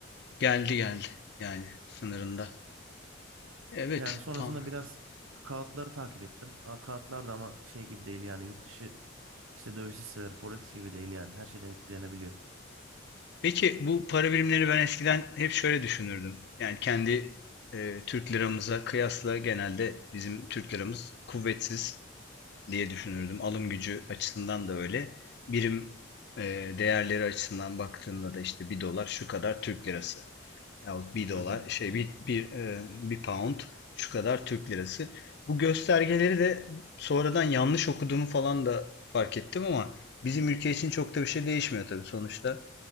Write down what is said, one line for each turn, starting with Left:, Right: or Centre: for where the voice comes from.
Left: geldi geldi yani sınırında. Evet,
Right: Yani sonrasında
Left: tamam.
Right: biraz kağıtları takip ettim. Aa, Kağıtlar da ama şey gibi değil yani yurt dışı işte döviz hisseleri forex gibi değil yani her şeyden etkilenebiliyor.
Left: Peki bu para birimleri ben eskiden hep şöyle düşünürdüm. Yani kendi e, Türk liramıza kıyasla genelde bizim Türk liramız kuvvetsiz diye düşünürdüm. Alım gücü açısından da öyle. Birim e, değerleri açısından baktığında da işte bir dolar şu kadar Türk lirası. Yahut bir dolar
Right: Hı hı.
Left: şey bir, bir, e, bir pound şu kadar Türk lirası. Bu göstergeleri de sonradan yanlış okuduğumu falan da fark ettim ama bizim ülke için çok da bir şey değişmiyor tabii sonuçta